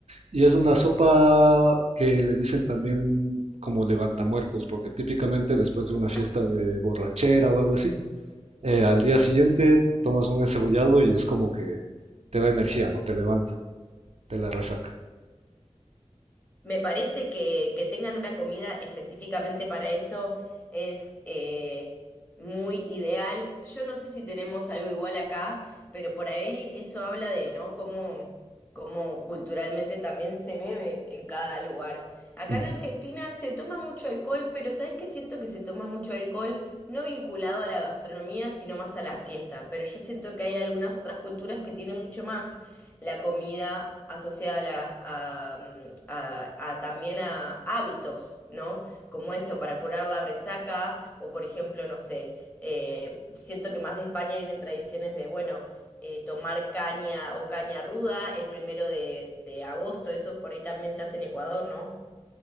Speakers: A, on the right; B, on the left.
A: Y es una sopa que le dicen también como levantamuertos, porque típicamente después de
B: Sí.
A: una fiesta de borrachera o algo así, eh, al día siguiente tomas un encebollado y es como que te da energía, ¿no? Te levanta, te la resaca.
B: Me parece que, que tengan una comida específicamente para eso es eh, muy ideal. Yo no sé si tenemos algo igual acá, pero por ahí eso habla de, ¿no? Cómo, cómo culturalmente también se bebe en cada lugar. Acá
A: Ujú.
B: en Argentina se toma mucho alcohol, pero ¿sabes qué? Siento que se toma mucho alcohol no vinculado a la gastronomía, sino más a la fiesta. Pero yo siento que hay algunas otras culturas que tienen mucho más la comida asociada a, la- a, mm, a- a también a hábitos, ¿no? Como esto, para curar la resaca, o por ejemplo, no sé, eh, siento que más de España vienen tradiciones de, bueno, eh, tomar caña o caña ruda el primero de, de agosto, eso por ahí también se hace en Ecuador, ¿no?